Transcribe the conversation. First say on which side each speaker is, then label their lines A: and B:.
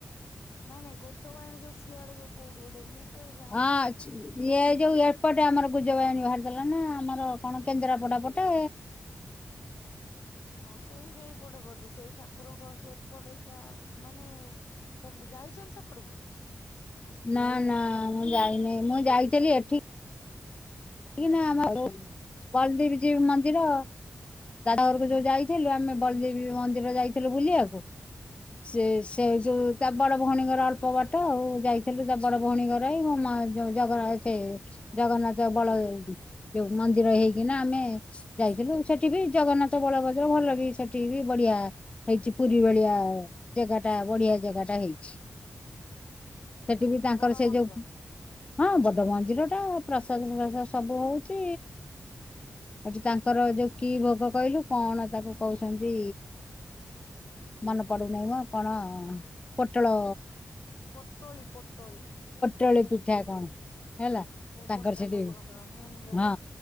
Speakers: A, on the left (about 85°); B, on the left (about 25°).
A: ନାଇଁ ନାଇଁ ଗଜ ବାୟାଣୀ ଯୋଉ ସିଆଡେ ଯୋ କୋଉଠି ଗୋଟେ ମୁଁ ତ ଜାଣିନି
B: ହଁ
A: କୋଉଠି
B: ଇଏ ଯୋଉ ଏ ପଟେ ଆମର ଗୁଜ ବାୟାଣୀ ବାହାରିଥିଲା ନା ଆମର କଣ କେନ୍ଦ୍ରାପଡ଼ା ପଟେ।
A: ହଁ ସେଇ ସେଇପଟେ ବୋଧେ ସେଇ ଠାକୁରଙ୍କ ସେପଟେ ଯାହା ମାନେ ସେ ଯାଇଛନ୍ତି ସେପଟକୁ
B: ନା ନା ମୁଁ ଯାଇନି ମୁଁ ଯାଇଥିଲି ଏଠି ନା ଆମର <unintelligible> ଜୀଉ ମନ୍ଦିର। ତାଢ ଘରକୁ ଯୋଉ ଯାଇଥିଲୁ, ଆମେ ବଲଦୀପ ଜୀଉ ମନ୍ଦିର ଯାଇଥିଲୁ ବୁଲିବାକୁ। ସେ ସେ
A: ହୁଁ
B: ଯୋଉ ତା ବଡ଼ ଭଉଣୀ ଘର ଅଳ୍ପ ବାଟ ଆଉ ଯାଇଥିଲୁ ତା ବଡ଼ ଭଉଣୀ ଘର ହେଇ <unintelligible> ଜଗନ୍ନାଥ ବଳ ଯୋଉ ମନ୍ଦିର ହେଇକିନା ଆମେ ଯାଇଥିଲୁ ସେଠି ବି ଜଗନ୍ନାଥ ବଳଭଦ୍ର ଭଲ ବି ସେଠି ବି ବଢ଼ିଆ ହେଇଛି ପୁରୀ ଭଳିଆ ଜାଗାଟା ବଢ଼ିଆ ଜାଗାଟା ହେଇଛି। ସେଠି ବି ତାଙ୍କର
A: ବଡ
B: ସେଇ
A: ମନ୍ଦିର
B: ଯୋଉ ହଁ ବଡ଼ ମନ୍ଦିର ଟା ପ୍ରସାଦ ସବୁ ହଉଛି। ଏଠେ ତାଙ୍କର ଯୋଉ କି ଭୋଗ କହିଲୁ କଣ ତାକୁ କହୁଛନ୍ତି ମନେ ପଡୁନହି ମୁ କଣ ପୋଟଳ
A: ପୋଟଳୀ ପୋଟଳୀ।
B: ତଳେ ପିଠା କଣ? ହେଲା
A: ଭୋଗ
B: ତାଙ୍କର
A: ସେଟା
B: ସେଠି
A: ଠାକୁରଙ୍କର ମେନ୍ ଭୋଗ
B: ହଁ